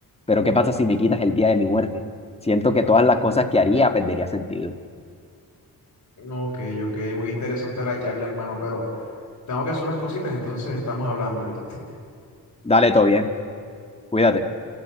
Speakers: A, on the left (about 15°); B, on the left (about 50°).
A: Pero ¿qué pasa si me quitas el día de mi muerte? Siento que todas las cosas que haría perdería sentido.
B: Ok, ok, muy interesante la charla, hermano, pero tengo que hacer unas cositas, entonces estamos hablando, ¿viste?
A: Dale, todo bien. Cuídate.